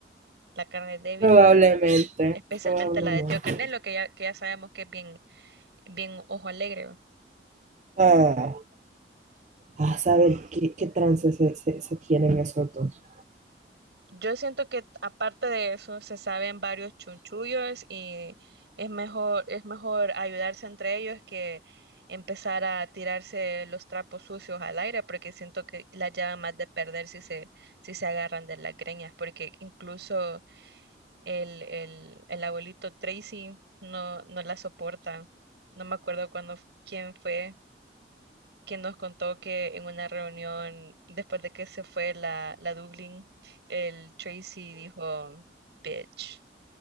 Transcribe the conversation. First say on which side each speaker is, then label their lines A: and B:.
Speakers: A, on the right (about 75°); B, on the right (about 40°).
A: La carne es débil,
B: Probablemente,
A: especialmente
B: probablemente.
A: la de Tío Canelo, que ya, que ya sabemos que es bien, bien ojo alegre.
B: Ah, a saber qué, qué trance se, se, se tienen esos dos.
A: Yo siento que aparte de eso se saben varios chunchullos y es mejor, es mejor ayudarse entre ellos que empezar a tirarse los trapos sucios al aire, porque siento que la llevan más de perder si se, si se agarran de las greñas, porque incluso el, el, el abuelito Tracy no, no la soporta. No me acuerdo cuándo, quién fue que nos contó que en una reunión, después de que se fue la, la Dublin, el Tracy dijo, bitch,